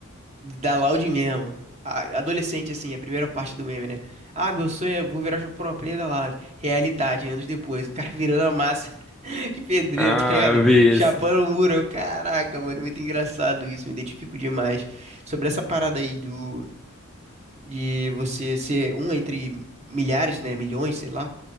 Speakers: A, on the right; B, in the centre.
A: da Loud mesmo. A- adolescente, assim, a primeira parte do meme, né? Ah, meu sonho é vou virar pro player da Loud. Realidade, anos depois, o cara <laughs> virando a massa <laughs> de pedreiro,
B: Ah,
A: tá ligado?
B: eu vi
A: Chapando
B: isso.
A: o muro. Eu, caraca, mano, muito engraçado isso, me identifico demais. Sobre essa parada aí do. de você ser um entre milhares, né, milhões, sei lá.